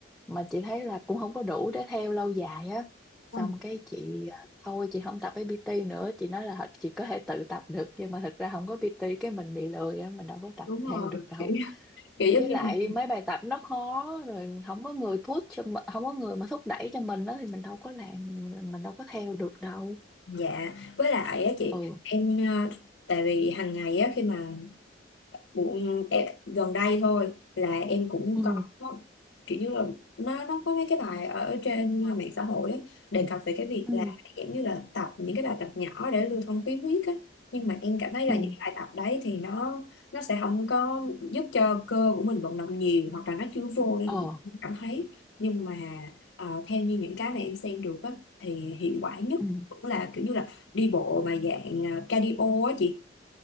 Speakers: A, in the centre; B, on the left (about 85°).
A: mà chị thấy là cũng không có đủ để theo lâu dài á xong
B: Ừ.
A: cái chị à, thôi chị không tập với PT nữa chị nói là chị có thể tự tập được nhưng mà thật ra không có PT cái mình bị lười á mình đâu có tập
B: Đúng
A: theo
B: rồi.
A: được đâu
B: Kiểu kiểu giống
A: với
B: như
A: lại
B: mình
A: mấy bài tập nó khó rồi không có người push cho mi- không có người mà thúc đẩy cho mình đó thì mình đâu có làm mình đâu có theo được đâu
B: dạ với lại á chị
A: ừ
B: em ờ, tại vì hàng ngày á khi mà Bộ, em, gần đây thôi là em cũng
A: ừ
B: có kiểu như là nó nó có mấy cái bài ở trên ờ, mạng xã hội á, đề cập về cái việc
A: ừ
B: là giống như là tập những cái bài tập nhỏ để lưu thông khí huyết á nhưng mà em cảm thấy là
A: ừ
B: những cái bài tập đấy thì nó nó sẽ không có giúp cho cơ của mình vận động nhiều hoặc là nó chưa vô nên
A: ờ
B: mình không cảm thấy nhưng mà ờ, theo như những cái mà em xem được á thì hiệu quả nhất
A: ừ
B: cũng là kiểu như là đi bộ mà dạng ờ, cardio á chị